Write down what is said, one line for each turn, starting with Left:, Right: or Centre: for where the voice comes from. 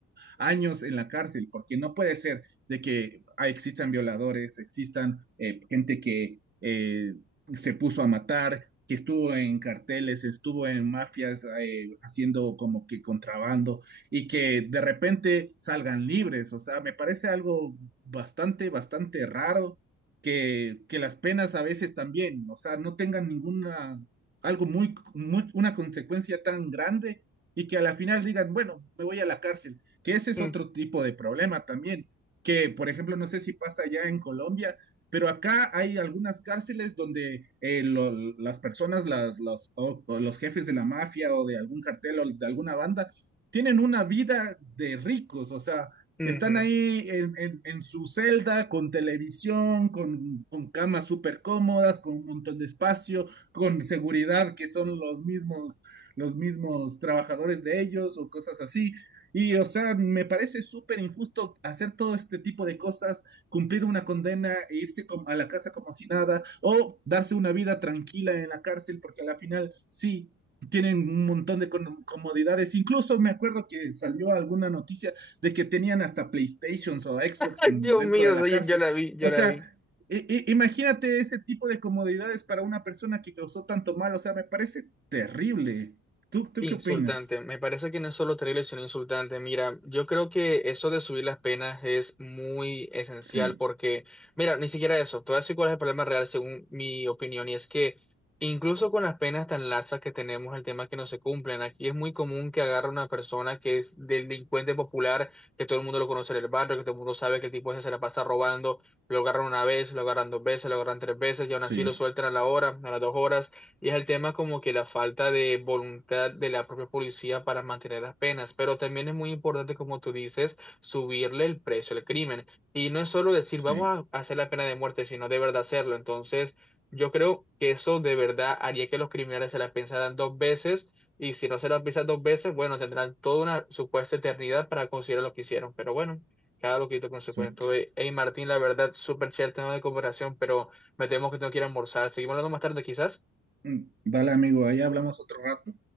Right: años en la cárcel, porque no puede ser de que ah, existan violadores, existan eh, gente que eh, se puso a matar, que estuvo en carteles, estuvo en mafias eh, haciendo como que contrabando y que de repente salgan libres. O sea, me parece algo bastante, bastante raro que, que las penas a veces también, o sea, no tengan ninguna, algo muy, muy, una consecuencia tan grande y que a la final digan, bueno, me voy a la cárcel, que ese es
Centre: Mm,
Right: otro tipo de problema también, que por ejemplo, no sé si pasa ya en Colombia, pero acá hay algunas cárceles donde eh, lo- las personas, las, los, o- o los jefes de la mafia o de algún cartel o de alguna banda tienen una vida de ricos, o sea,
Centre: ujú.
Right: están ahí en, en- en su celda con televisión, con, con camas súper cómodas, con un montón de espacio, con seguridad que son los mismos, los mismos trabajadores de ellos o cosas así. Y, o sea, me parece súper injusto hacer todo este tipo de cosas, cumplir una condena e irse com- a la casa como si nada, o darse una vida tranquila en la cárcel, porque a la final, sí, tienen un montón de comodidades. Incluso me acuerdo que salió alguna noticia de que tenían hasta PlayStations o Xbox
Centre: Ay,
Right: en,
Centre: Dios
Right: dentro
Centre: mío,
Right: de la
Centre: sí,
Right: cárcel.
Centre: yo la vi, yo
Right: O
Centre: la
Right: sea,
Centre: vi.
Right: e, e, imagínate ese tipo de comodidades para una persona que causó tanto mal. O sea, me parece terrible. ¿Tú, tú
Centre: Insultante,
Right: qué opinas?
Centre: me parece que no es solo terrible, sino insultante. Mira, yo creo que eso de subir las penas es muy esencial
Right: Sí,
Centre: porque, mira, ni siquiera eso, te voy a decir cuál es el problema real según mi opinión, y es que incluso con las penas tan laxas que tenemos, el tema es que no se cumplen. Aquí es muy común que agarre una persona que es delincuente popular, que todo el mundo lo conoce en el barrio, que todo el mundo sabe que el tipo ese se la pasa robando, lo agarran una vez, lo agarran dos veces, lo agarran tres veces, y aún
Right: sí,
Centre: así lo sueltan a la hora, a las dos horas y es el tema como que la falta de voluntad de la propia policía para mantener las penas, pero también es muy importante, como tú dices, subirle el precio al crimen. Y no es solo decir,
Right: sí,
Centre: vamos a hacer la pena de muerte, sino de verdad hacerlo. Entonces, yo creo que eso de verdad haría que los criminales se la pensaran dos veces y si no se la piensan dos veces, bueno, tendrán toda una supuesta eternidad para considerar lo que hicieron, pero bueno. Cada loquito con su
Right: exacto.
Centre: cuento. Eh, Hey, Martín, la verdad, súper chévere el tema de comparación, pero me temo que tengo que ir a almorzar. Seguimos hablando más tarde, quizás.
Right: Mm, Vale, amigo, ahí hablamos otro rato.